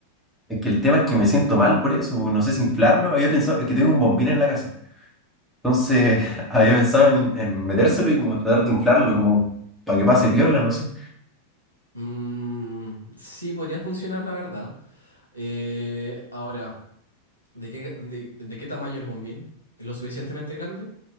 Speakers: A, in the centre; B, on the right.
A: Es que el tema es que me siento mal por eso, no sé si inflarlo, había pensado, es que tengo un bombín en la casa, entonces <laughs> había pensado en, en metérselo y como tratar de inflarlo, como para que pase piola, no sé.
B: Mm, sí, podría funcionar, la verdad. Eh, ahora, ¿de qué, de, de qué tamaño el bombín? ¿Lo suficientemente grande?